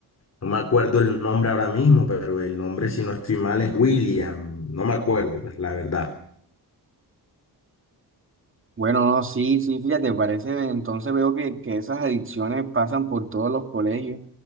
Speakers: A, on the left (about 40°); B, on the right (about 30°).
A: no me acuerdo el nombre ahora mismo, pero el nombre, si no estoy mal, es William. No me acuerdo, pues la verdad.
B: Bueno, no, sí, sí, fíjate, parece, entonces veo que, que esas adicciones pasan por todos los colegios.